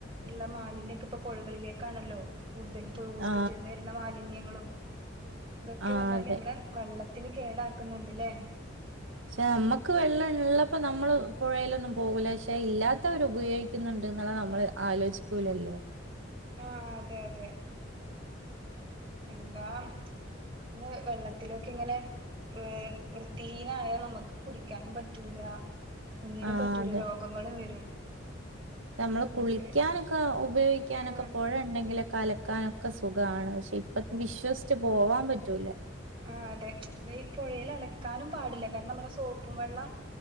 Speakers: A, on the right; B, on the right.
A: ഉള്ള മാലിന്യക്കെ ഇപ്പൊ പുഴകളിലേക്കാണല്ലോ കൂടുതലും
B: ആ
A: ഹോസ്പിറ്റലിൽ നിന്ന് വരുന്ന മാലിന്യങ്ങളും ഇതൊക്കെ
B: ആ
A: പറഞ്ഞാല്
B: അതെ
A: ഞമ്മളെ വെള്ളത്തിന് കേടാക്കുന്നുണ്ട്ല്ലേ
B: പക്ഷെ നമ്മുക്ക് വെള്ളം ഉള്ളപ്പോ നമ്മള് പുഴയിലൊന്നും പോകൂല പക്ഷെ ഇല്ലാത്തവരു ഉപയോഗിക്കുന്നു ണ്ട് ന്ല്ലത്‌ നമ്മള് ആലോചിക്കൂലല്ലോ
A: ആഹ അതെ അതെ എന്താ പിന്നെ വെള്ളത്തിലൊക്കെ ഇങ്ങനെ ഏ വൃത്തിഹീനായാൽ നമുക്ക് കുടിക്കാനും പറ്റൂല ഒന്നിനും
B: ആ
A: പറ്റൂല
B: അതെ
A: രോഗങ്ങൾ വരും
B: നമ്മള് കുളിക്കാനൊക്കെ
A: നമുക്ക്
B: ഉപയോഗിക്കാനൊക്കെ
A: ആഹ്
B: പുഴുണ്ടെങ്കിൽ അലക്കാനൊക്കെ സുഗാണ് പക്ഷെ ഇപ്പ വിശ്വസിച്ചു പോവാൻ പറ്റൂല
A: ആ അതെ ഇത് ഈ പുഴല് അലക്കാനും പാടില്ല കാരണം നമ്മളെ സോപ്പും വെള്ളം